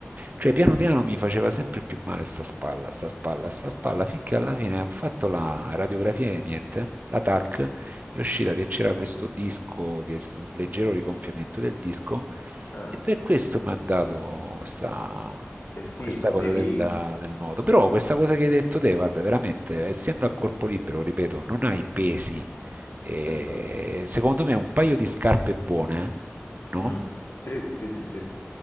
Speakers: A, on the right; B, on the left.
A: Cioè piano piano mi faceva sempre più male sta spalla, sta spalla, sta spalla, finché alla fine ho fatto la radiografia e niente, la TAC, è uscita che c'era questo disco, che s- un leggero rigonfiamento del disco,
B: Ah,
A: e per questo mi ha dato sta
B: eh Eh sì,
A: questa cosa
B: devi...
A: del, del nuoto. Però questa cosa che hai detto te, guarda, veramente, essendo a corpo libero, ripeto, non hai pesi. e
B: Esatto.
A: secondo me un paio di scarpe buone, no?
B: Mm, Sì, sì, sì, sì.